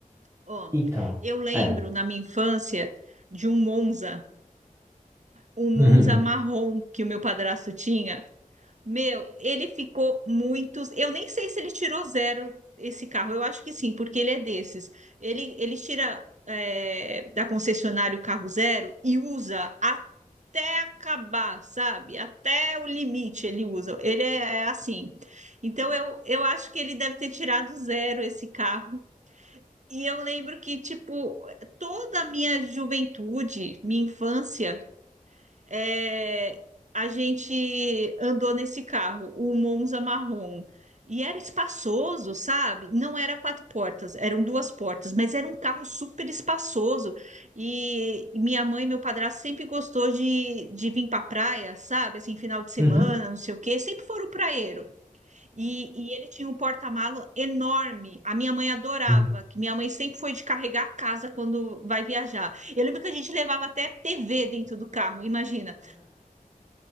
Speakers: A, on the right; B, on the right.
A: ó,
B: Então.
A: eu lembro
B: É.
A: na minha infância de um Monza, um Monza
B: Uhum.
A: marrom que o meu padrasto tinha. Meu, ele ficou muitos. Eu nem sei se ele tirou zero esse carro. Eu acho que sim, porque ele é desses. Ele, ele tira é, da concessionária o carro zero e usa até acabar, sabe? Até o limite ele usa. Ele é, é assim. Então eu, eu acho que ele deve ter tirado zero esse carro. E eu lembro que, tipo, toda a minha juventude, minha infância é, a gente andou nesse carro, o Monza marrom. E era espaçoso, sabe? Não era quatro portas, eram duas portas, mas era um carro super espaçoso. E minha mãe e meu padrasto sempre gostou de, de vir para praia, sabe? Assim, final de semana,
B: Uhum.
A: não sei o quê, sempre foram praieiro. E, e ele tinha um porta-malo enorme. A minha mãe adorava,
B: <laughs>
A: que minha mãe sempre foi de carregar a casa quando vai viajar. Eu lembro que a gente levava até TV dentro do carro, imagina.